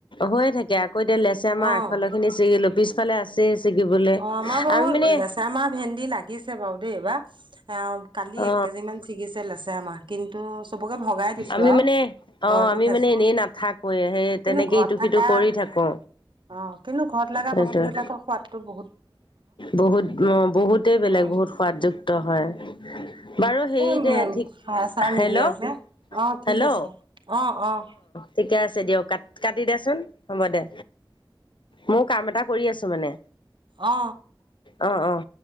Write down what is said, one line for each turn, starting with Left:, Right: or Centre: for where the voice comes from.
Left: হৈয়ে থাকে আকৌ, এটিয়া লেচেৰা মাহ
Right: অ'।
Left: আগ ফালৰ খিনি চিঙিলো, পিছফালে আছে ছি ছিগিবলে,
Right: অ বাৰু
Left: আমি মানে
Right: লেচেৰা আমাৰ ভেন্দি লাগিছে বাৰু দেই এইবাৰ, অ' কালি
Left: অ
Right: এক কেজিমান ছিগিছে লেচেৰা মাহ, কিন্তু চবকে ভগাই দিছোঁ
Left: আমি
Right: আৰু।
Left: মানে
Right: ঘৰতো
Left: অ আমি
Right: খাইছো।
Left: মানে এনেই নাথাকোৱে সেই
Right: কিন্তু
Left: তেনেকে
Right: ঘৰত
Left: ইটো
Right: থকা
Left: সিটো কৰি থাকো
Right: অ' কিন্তু ঘৰত লগা
Left: সেইটোৱে
Right: বস্তু বিলাকৰ সোৱাদটো বহু
Left: বহুত অ' বহুতেই বেলেগ
Right: উম
Left: বহুত সোৱাদযুক্ত হয়। বাৰু হেৰি
Right: উম
Left: দে ঠিক
Right: সাৰ চাৰ নিদিয়া
Left: হেল্ল'
Right: যে, অ'
Left: হেল্ল'
Right: ঠিক আছে। অ' অ'।
Left: ঠিকে আছে দিয়ক, কাট কাটি দে চোন হ'ব দে। মোৰ কাম এটা কৰি আছো মানে।
Right: অ'।
Left: অ' অ'।